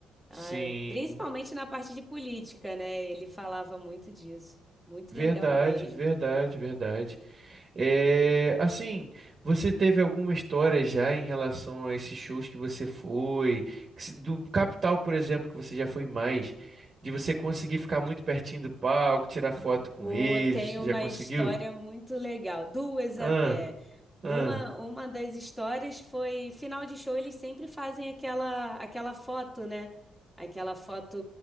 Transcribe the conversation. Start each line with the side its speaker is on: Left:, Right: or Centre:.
Centre: Ah,
Right: sim,
Centre: principalmente na parte de política, né? Ele falava muito disso. Muito
Right: verdade,
Centre: legal mesmo.
Right: verdade, verdade. É, assim, você teve alguma história já em relação a esses shows que você foi, que se- do Capital, por exemplo, que você já foi mais, de você conseguir ficar muito pertinho do palco, tirar foto com
Centre: Pô,
Right: eles,
Centre: tem
Right: já
Centre: uma
Right: conseguiu?
Centre: história muito legal, duas
Right: Ah,
Centre: até. Uma,
Right: ah,
Centre: uma das histórias foi, final de show, eles sempre fazem aquela, aquela foto, né? Aquela foto